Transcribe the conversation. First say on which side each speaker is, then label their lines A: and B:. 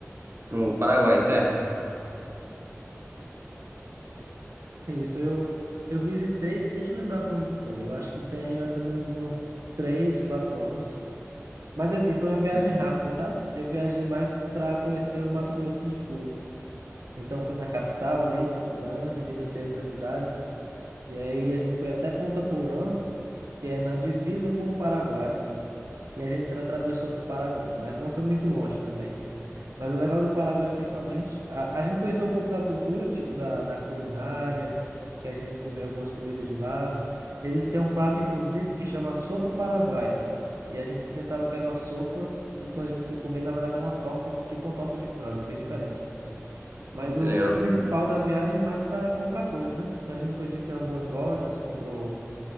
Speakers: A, on the right (about 50°); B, on the right (about 80°).
A: pro Paraguai, certo?
B: Isso, eu, eu visitei, deixa eu lembrar quando foi. Eu acho que tem mais ou menos uns três, quatro anos. Mas assim, foi uma viagem
A: Hum,
B: rápida, sabe? Eu viajei mais para conhecer o Mato Grosso do Sul. Então fui na capital ali, Campo Grande, visitei outras cidades. E aí a gente foi até Ponta Porã, que é na divisa com o Paraguai, e a gente atravessou para o Paraguai, mas não foi muito longe também. Mas o legal do Paraguai, principalmente, a, a gente conheceu um pouco da cultura, tipo da, da culinária, que a gente comeu algumas comidas de lá. Eles têm um prato, inclusive, que chama sopa paraguaia. E a gente pensava que era uma sopa, e quando a gente foi comer, na verdade é uma torta, tipo uma torta de frango, bem diferente. Mas
A: Que
B: o,
A: legal.
B: o principal da viagem é mais para comprar coisas, né? Então a gente foi tipo, em algumas lojas, comprou,